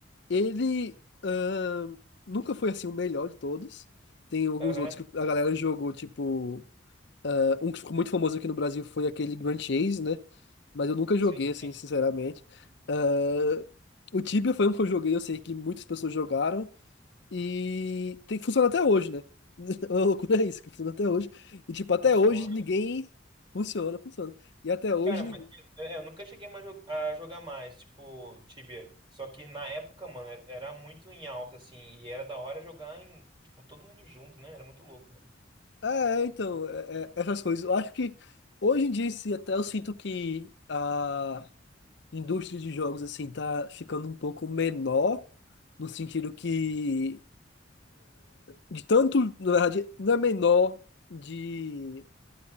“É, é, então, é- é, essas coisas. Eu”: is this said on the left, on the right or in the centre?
Left